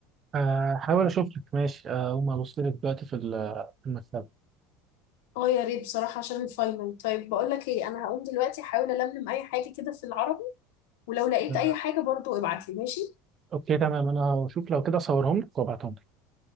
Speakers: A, on the right; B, on the left.
A: آه، هحاول اشوف لك ماشي آه، اقوم ابص لك دلوقتي في ال- في المكتبه
B: آه يا ريت بصراحة عشان الفاينل طيب بقول لك إيه أنا هقوم دلوقتي أحاول ألملم أي حاجة كده في العربي ولو لقيت
A: آه،
B: اي حاجة برضو ابعتلي ماشي
A: اوكي تمام انا هشوف لو كده اصورهم لك وابعتهم لك